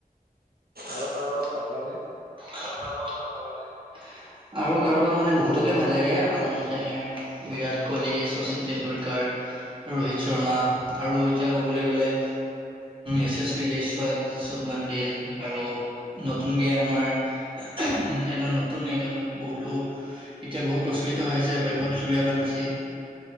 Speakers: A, on the right; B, on the right.
A: আৰু কাৰোবাক ভাল পোৱা নে?
B: আৰু কাৰোবাক ভাল পোৱা নে? আৰু কাৰোবাক মানে বহুতকে ভাল লাগে। যেনে বিৰাট কোহলি, শচীন টেণ্ডুলকাৰ, ৰোহিত শৰ্মা আৰু এতিয়া কবলে গলে S S P Jaiswal, Shubman Gill আৰু নতুনকে আমাৰ উম, এজন নতুন এজন বহুতো এতিয়া বহুত প্ৰচলিত হৈ আছে বৈভৱ চূুৰ্য্যপঞ্চী।